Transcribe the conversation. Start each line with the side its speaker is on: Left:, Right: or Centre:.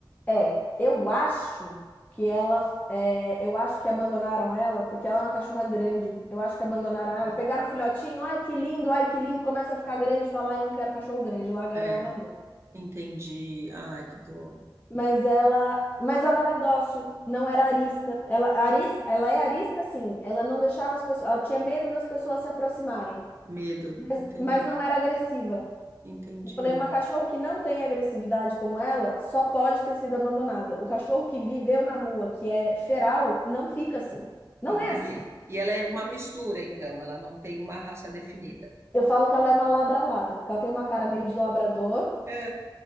Left: É, eu acho que ela. é, eu acho que abandonaram ela porque ela é uma cachorra grande. Eu acho que abandonaram ela.
Right: Ah,
Left: Pegaram o filhotinho, ai que lindo, ai que lindo. Começa a ficar grande, e fala, ai não quero cachorro grande. Largaram
Right: é,
Left: ela na rua.
Right: entendi. Ai, que dor.
Left: Mas ela, mas ela era dócil, não era arisca. Ela, aris, ela é arisca, sim. Ela não deixava as pessoas. Ela tinha medo das pessoas se aproximarem,
Right: Medo,
Left: mas,
Right: entendi,
Left: mas não era agressiva.
Right: entendi.
Left: Falei, uma cachorra que não tem agressividade como ela só pode ter sido abandonada. O cachorro que viveu na rua, que é feral, não fica assim. Não
Right: Entendi.
Left: é assim.
Right: E ela é uma mistura, então, ela não tem uma raça definida.
Left: Eu falo que ela é uma labralata, porque ela tem uma cara meio de labrador.
Right: É,